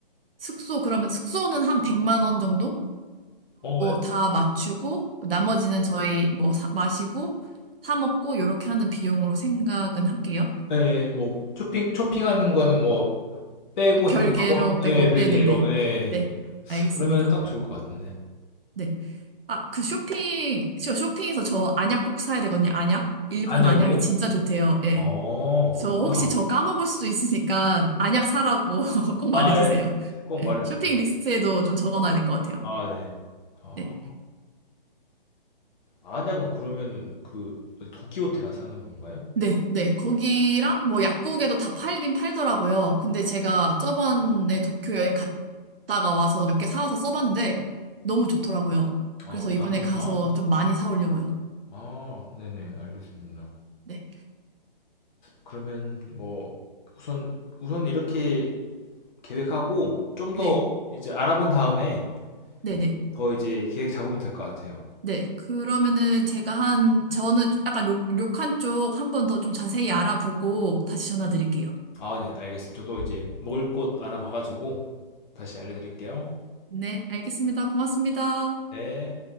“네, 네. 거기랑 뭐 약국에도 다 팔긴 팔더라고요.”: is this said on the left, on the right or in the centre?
Right